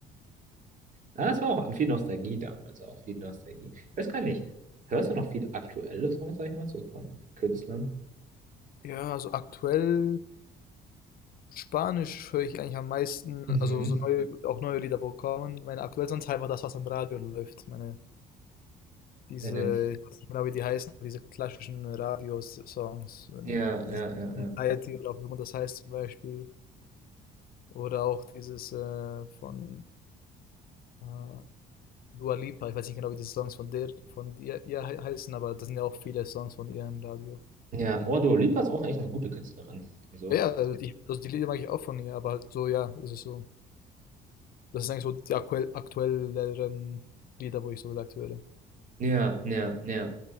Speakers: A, on the right; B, on the left.
A: Ah, es war auch an viel Nostalgie damals, auch viel Nostalgie. Ich weiß gar nicht, hörst du noch viel aktuelle Songs, sag ich mal, so von Künstlern?
B: Ja, also aktuell Spanisch höre ich eigentlich am meisten,
A: Mhm.
B: also so neue, auch neue Lieder, wo kommen. Meine aktuell sonst einfach das, was am Radio läuft. Meine, diese,
A: Deinen.
B: ich weiß nicht genau, wie die heißen, diese klassischen Radiosongs, wenn
A: Ja,
B: dieses
A: ja, ja,
B: Anxiety
A: ja.
B: oder auch wie immer das heißt zum Beispiel. Oder auch dieses äh, von äh, Dua Lipa, ich weiß nicht genau, wie diese Songs von der, von ihr, ihr hei- heißen, aber das sind ja auch viele Songs von ihr im Radio.
A: Ja, oh, Dua Lipa ist auch echt eine gute Künstlerin. Also,
B: Ja, also die, also die Lieder mag ich auch von ihr, aber halt so, ja, es ist so. Das sind eigentlich so die aktuell, aktuelleren Lieder, wo ich so gesagt höre.
A: ja, ja, ja.